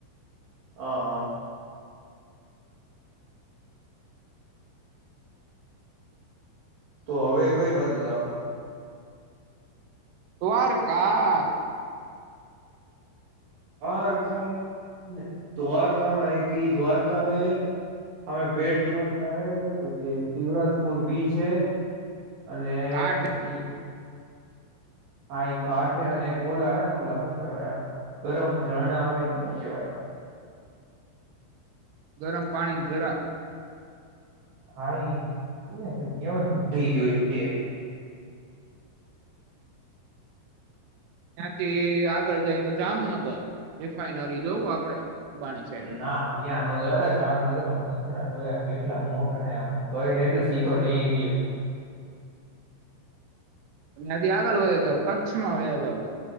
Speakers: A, on the right; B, on the right.
A: હ હા તો હવે કઈ બાજુ જાહું
B: દ્વારકા
A: દ્વારકા ને દ્વારકામાં એક ઈ દ્વારકા હૈ અવે બેટ દ્વારકા હૈ પછી એક શિવરાજપુર બીચ હ અને
B: ઘાટ
A: ઈ હાાઈ ગાંઠ અને ઓલા હેને ઓલા શું કેવાય ગરમ ઝરણા આવીને શું કેવાય
B: ગરમ પાણી જરા
A: હા એને કઈ કેવાય રઈ ગયું બે
B: ત્યાંથી આગળ જાય તો જામનગર રિફાઈનરી જોવું આપડે અંબાણી સાહેબની
A: ના અહીં નો જોયેલા જામનગર માં મચ્છરા જોયા. કેટલા મોટા હ આમ કઇડે એટલે સીધો ડેન્ગ્યુ.
B: ત્યાંથી આગળ વ્યા જું કચ્છમાં વ્યા જાવું.